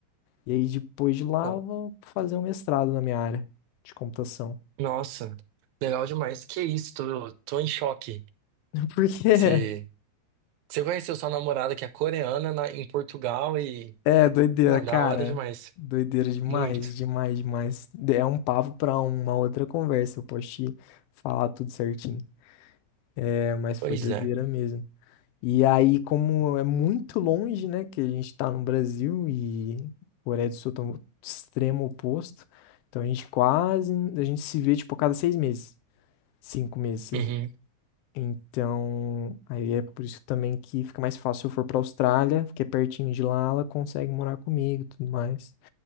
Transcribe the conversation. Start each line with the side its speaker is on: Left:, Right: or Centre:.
Left: E aí depois de lá
Right: Não.
Left: eu vou fazer um mestrado na minha área de computação.
Right: Nossa, legal demais. Que isso, tô, tô em choque.
Left: <laughs> Porque é
Right: Você, você conheceu sua namorada que é coreana na- em Portugal e.
Left: é doideira,
Right: Não,
Left: cara.
Right: da hora demais.
Left: Doideira demais,
Right: Muito.
Left: demais, demais. É um papo pra uma outra conversa, eu posso te falar tudo certinho. É, mas
Right: Pois
Left: foi doideira
Right: é.
Left: mesmo. E aí, como é muito longe, né, que a gente está no Brasil e Coreia do Sul tá no extremo oposto, então a gente quase, a gente se vê, tipo, a cada seis meses, cinco meses, seis.
Right: Uhum.
Left: Então, aí é por isso também que fica mais fácil se eu for pra Austrália, porque é pertinho de lá, ela consegue morar comigo e tudo mais.